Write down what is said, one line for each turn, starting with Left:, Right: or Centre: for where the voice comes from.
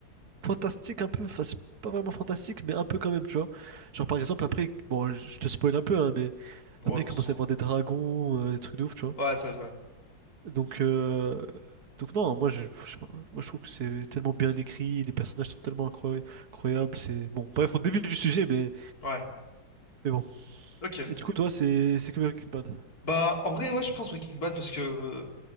Right: fantastique un peu. Enfin, c'est pas vraiment fantastique, mais un peu quand même, tu vois. Genre, par exemple, après, bon, je te spoil un peu, hein, mais
Left: Bon,
Right: après,
Left: ouais, de
Right: il commence
Left: toute façon.
Right: à y avoir des dragons, euh, des trucs de ouf, tu vois.
Left: euh, Ouais, ça, ouais.
Right: Donc, euh, donc non, moi, je, je sais pas, moi, je trouve que c'est tellement bien écrit, les personnages sont tellement incroy- incroyables. C'est bon, bref, on débute du sujet, mais,
Left: Ouais.
Right: mais bon.
Left: Ok.
Right: Et du coup, toi, c'est c'est Kubrick Kidman.
Left: Bah, en vrai, ouais, je pense Breaking Bad parce que. euh,